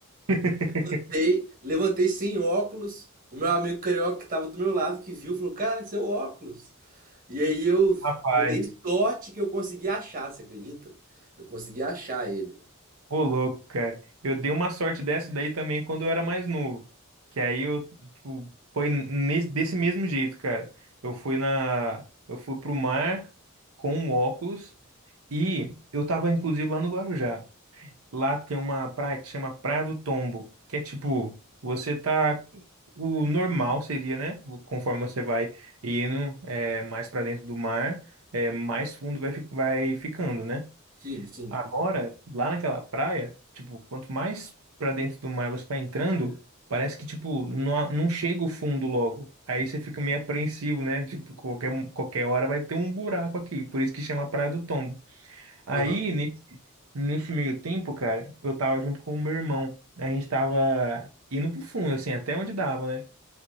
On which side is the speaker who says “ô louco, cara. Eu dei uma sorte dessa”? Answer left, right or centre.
Right